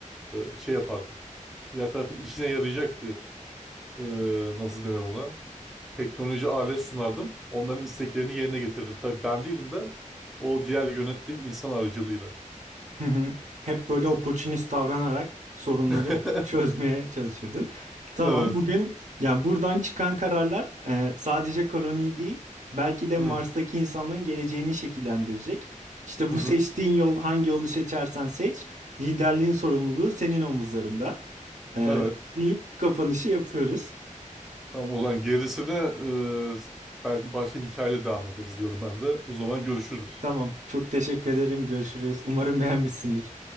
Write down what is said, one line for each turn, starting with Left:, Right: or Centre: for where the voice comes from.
Centre: e, şey yapardım. Diğer tarafın işine yarayacak bir e, nasıl denir ona? teknoloji alet sunardım. Onların isteklerini yerine getirdim. Tabii ben değilim de o diğer yönettiğim insan aracılığıyla.
Right: Hı hı. Hep böyle opportunist davranarak sorunları
Centre: <laughs>
Right: çözmeye çalışırdın. Tamam,
Centre: Evet.
Right: bugün yani buradan çıkan kararlar e, sadece koloniyi değil, belki de Mars'taki
Centre: Hı,
Right: insanların geleceğini şekillendirecek. İşte
Centre: hı,
Right: bu
Centre: hı.
Right: seçtiğin yol, hangi yolu seçersen seç, liderliğin sorumluluğu senin omuzlarında. E,
Centre: Evet.
Right: deyip kapanışı yapıyoruz.
Centre: Tamam o zaman gerisini e, belki başka hikayeyle devam ederiz diyorum ben de. O zaman görüşürüz.
Right: Tamam, çok teşekkür ederim. Görüşürüz. Umarım beğenmişsindir.